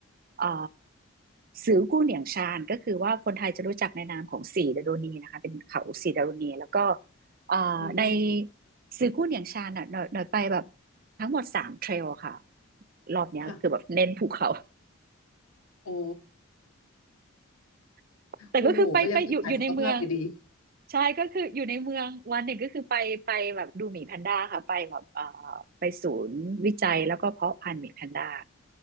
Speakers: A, on the right (about 40°); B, on the left (about 90°).
A: เอ่อซือกู้เหนียงชานก็คือว่าคนไทยจะรู้จักในนามของสีดารุณีนะคะเป็นเขาสีดารุณีแล้วก็ เอ่อใน
B: อืม
A: ซื้อกุ้นอย่างชาญอ่ะหน่อยหน่อยไปแบบทั้งหมดสามเทรลค่ะรอบเนี้ยคือแบบเน้นภูเขา
B: ค่ะโอ้
A: <laughs> แต่ก็คือไปไปอยู่อยู่ในเมือง
B: โอ้โหก็ยังเป็นสายสุขภาพอยู่ดี
A: ใช่ก็คืออยู่ในเมืองวันหนึ่งก็คือไปไปแบบดูหมีแพนด้าค่ะไปแบบเอ่อไปศูนย์วิจัยแล้วก็เพาะพันธุ์หมีแพนด้า